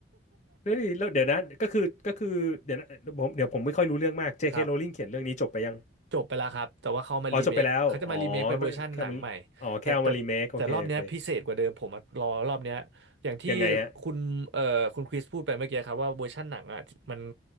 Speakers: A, on the left (about 40°); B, on the right (about 65°).
A: เฮ้ยแล้วเดี๋ยวนะก็คือก็คือเดี๋ยวนะผมเดี๋ยวผมไม่ค่อยรู้เรื่องมาก J.K.
B: ครับ
A: Rowling เขียนเรื่องนี้จบไปยัง
B: จบไปแล้วครับแต่ว่าเขามารีเมคเขาจะมารีเมคเป็นเวอร์ชันหนังใหม่
A: อ๋อจบไปแล้วอ๋อแค่มันอ๋อแค่เอามารีเมคโอเคโอเค
B: แต่แต่แต่รอบเนี้ยพิเศษกว่าเดิมผมอะรอรอบเนี้ยอย่างที่
A: ยังไงฮะ
B: คุณเอ่อคุณคริสพูดไปเมื่อกี้ครับว่าเวอร์ชันหนังอ่ะมัน